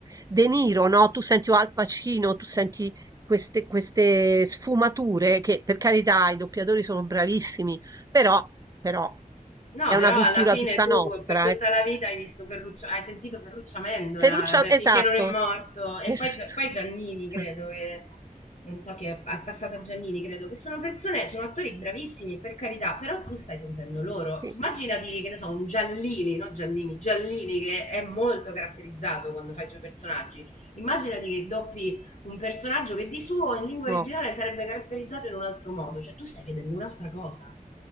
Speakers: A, on the right (about 25°); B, on the left (about 60°).
A: De Niro, no? Tu senti Al Pacino, tu senti queste, queste sfumature che per carità i doppiatori sono bravissimi, però, però
B: No,
A: è
B: però
A: una cultura
B: alla fine
A: tutta
B: tu
A: nostra.
B: per tutta
A: eh.
B: la vita hai visto Ferruccio, hai sentito Ferruccio Amendola
A: Ferruccio,
B: beh,
A: esatto,
B: finché non è morto e
A: esatto.
B: poi, Gia- poi Giannini, credo
A: Ah,
B: che non so che è passata a Giannini, credo che
A: Sì,
B: sono persone, sono attori bravissimi, per carità, però tu stai sentendo loro.
A: sì,
B: Cioè, Immaginati che ne so, un Giallini, no Giannini, Giallini che è molto caratterizzato quando fai i suoi personaggi. Immaginati che doppi un personaggio che di suo in lingua
A: no.
B: originale sarebbe caratterizzato in un altro modo, cioè tu stai vedendo un'altra cosa.